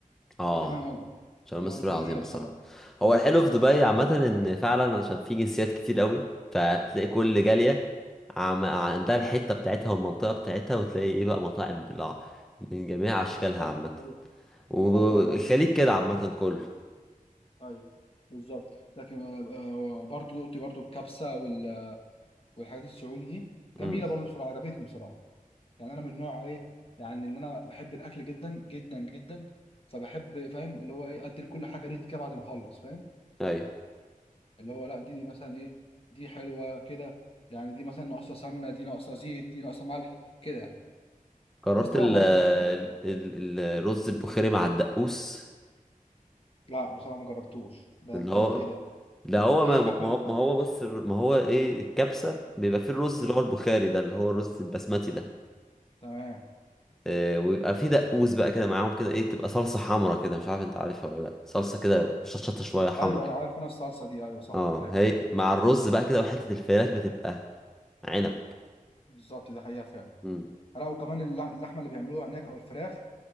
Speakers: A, in the centre; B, on the left.
A: اه
B: دي تمام قوي
A: عشان
B: دي
A: المسؤولية
B: برضو جميلة
A: عظيمة
B: بصراحة
A: الصراحة هو
B: اه
A: الحلو
B: ب-
A: في دبي عامة ان فعلا عشان في جنسيات كتير قوي فتلاقي كل جالية عم... عندها الحتة بتاعتها والمنطقة بتاعتها وتلاقي ايه بقى مطاعم بلع من جميع اشكالها
B: بالظبط
A: عامة
B: دي حقيقة.
A: والخليج
B: بالظبط انا معاك جدا في
A: كده
B: الحوار
A: عامة
B: ده
A: كله
B: طيب بالظبط لكن آه، آه، برضو دقت برضو الكبسة وال- والحاجات السعودي دي جميلة
A: امم
B: برضو بصراحة عجبتني بصراحة يعني انا من نوع ايه يعني اللي انا بحب الاكل جدا جدا جدا فبحب فاهم اللي هو ايه ادي لكل حاجة ريت كده بعد ما اخلص فاهم
A: ايوه
B: اللي هو لا دي, دي مثلا ايه دي حلوه كده يعني دي مثلا ناقصه سمنه دي ناقصه زيت دي ناقصه ملح كده
A: جربت
B: بس طبعا
A: ال...
B: مهما
A: ال...
B: لفيت
A: ال- الرز البخاري مع الدقوس
B: لا بصراحه ما جربتوش ده
A: اللي
B: انت
A: هو
B: ايه ده
A: ده
B: ده,
A: هو
B: ده
A: ما
B: ايه الاكله
A: ما
B: دي
A: هو ما هو بص ما هو ايه الكبسة بيبقى فيه الرز
B: مم.
A: اللي هو البخاري ده اللي هو الرز البسمتي ده
B: تمام
A: آه، ويبقى في دقوس بقى كده معاهم كده ايه تبقى صلصة حمرا كده مش عارف انت عارفها ولا لا صلصة كده شطشطة شوية حمرا
B: ايوه أيوة، عارف انا الصلصه دي ايوه صح
A: اه
B: عارف
A: هي مع الرز بقى كده وحتة الفراخ بتبقى عنب
B: بالظبط دي حقيقه فعلا
A: مم.
B: لا وكمان اللح- اللحمه اللي بيعملوها هناك او الفراخ